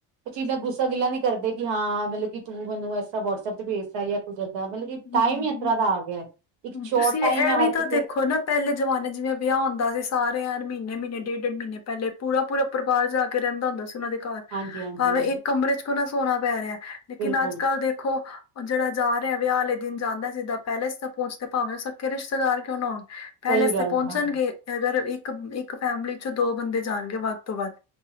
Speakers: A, on the right; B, on the left.
A: ਓ ਚੀਜ਼ ਦਾ ਗੁੱਸਾ ਗਿਲਾ ਨਹੀਂ ਕਰਦੇ ਕਿ, ਹਾਂ, ਮਤਲਬ ਕਿ ਤੂੰ ਮੈਨੂੰ ਐਸਾ ਤਰਾਂ ਵਟਸਐਪ ਤੇ ਭੇਜ ਤਾ ਯਾ <unintelligible> ਹੋ ਸਕਦਾ, ਮਤਲਬ ਕਿ
B: ਹਮ
A: ਟਾਈਮ ਹੀ ਇਸ ਤਰ੍ਹਾਂ ਦਾ ਆ ਗਿਆ। ਇੱਕ ਸ਼ੋਟ
B: ਤੁਸੀਂ
A: ਟਾਈਮ
B: ਇਹ
A: ਹੈ
B: ਵੀ
A: ਹਰ ਕਿਸ
B: ਤਾਂ ਦੇਖੋ ਨਾ ਪਹਿਲੇ ਜਮਾਣੇ ਜਿਵੇਂ ਵਿਆਹ ਹੁੰਦਾ ਸੀ, ਸਾਰੇ ਐਣ ਮਹੀਨੇ- ਮਹੀਨੇ ਡੇਢ-ਡੇਢ ਮਹੀਨੇ ਪਹਿਲੇ ਪੂਰਾ ਪੂਰਾ ਪਰ ਬਾਰ ਜਾ ਕੇ ਰਹਿੰਦਾ ਹੁੰਦਾ ਸੀ, ਉਹਨਾਂ ਦੇ ਘਰ
A: ਹਾਂਜੀ ਹਾਂਜੀ
B: ਭਾਵੇਂ ਇੱਕ ਕਮਰੇ ਚ ਕਿਉਂ ਨਾ ਸੌਣਾ ਪੈ ਰਿਹਾ, ਲੇਕਿਨ
A: ਬਿਲਕੁਲ
B: ਅੱਜਕੱਲ੍ਹ ਦੇਖੋ, ਜਿਹੜਾ ਜਾ ਰਿਹਾ ਵਿਆਹ ਵਾਲੇ ਦਿਨ ਜਾਂਦਾ ਸਿੱਧਾ ਪੈਲੇਸ ਤਕ ਪਹੁੰਚਦਾ, ਭਾਵੇਂ ਉਹ ਸਕੇ ਰਿਸ਼ਤੇਦਾਰ ਕਿਉਂ ਨਾ ਹੋਣ। ਪੈਲੇਸ
A: ਸਹੀ ਗੱਲ
B: ਤੇ ਪਹੁੰਚਣਗੇ।
A: ਹਾਂ
B: ਅਗਰ ਇੱਕ-ਇੱਕ ਫੈਮਲੀ ਚ ਦੋ ਬੰਦੇ ਜਾਣਗੇ ਵੱਧ ਤੋਂ ਵੱਧ।